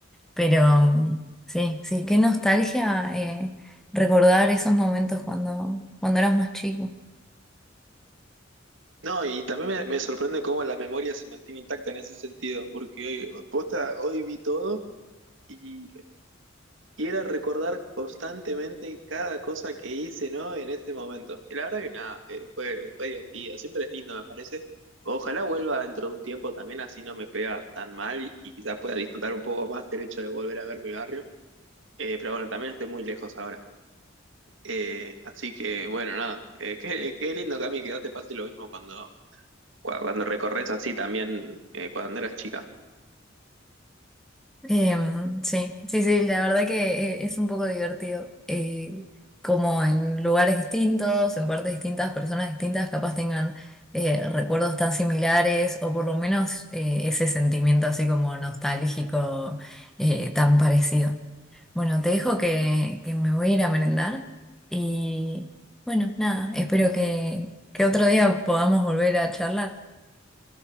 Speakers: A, in the centre; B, on the right (about 70°).
A: Pero mm, sí, sí, qué nostalgia eh, recordar esos momentos cuando, cuando eras más chico.
B: No, y también me, me sorprende cómo la memoria se mantiene intacta en ese sentido, porque hoy, posta, hoy vi todo y, y era recordar constantemente cada cosa que hice, ¿no? En ese momento. Y la verdad que nada, eh, fue, fue divertido, siempre es lindo, me parece. Ojalá vuelva dentro de un tiempo también, así no me pega tan mal y quizás pueda disfrutar un poco más del hecho de volver a ver mi barrio. Eh, pero bueno, también estoy muy lejos ahora. Eh, así que, bueno, nada. Eh, qué, qué lindo, Cami, que a vos te pase lo mismo cuando, cua- cuando recorres así también eh, cuando eras chica.
A: Em, sí, sí, sí, la verdad que eh, es un poco divertido. eh, como en lugares distintos, en partes distintas, personas distintas, capaz tengan eh, recuerdos tan similares o por lo menos eh, ese sentimiento así como nostálgico eh, tan parecido. Bueno, te dejo que, que me voy a ir a merendar y bueno, nada, espero que, que otro día podamos volver a charlar.